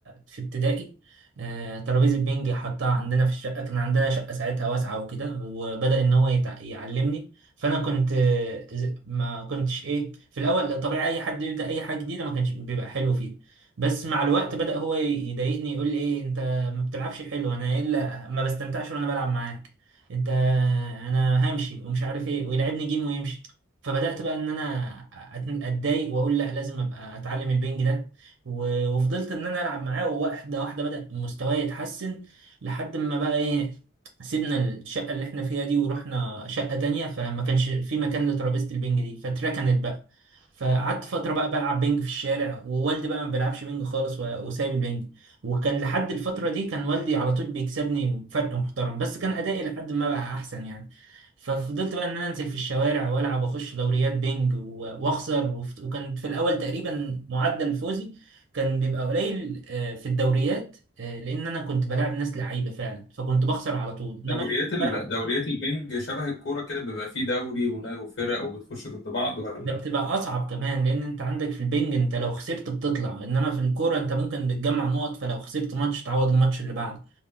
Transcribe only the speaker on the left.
دوريات
ال...
دوريات البنج شبه الكوره كده بيبقى فيه دوري ونا- وفرق وبتخش ضد بعض ولا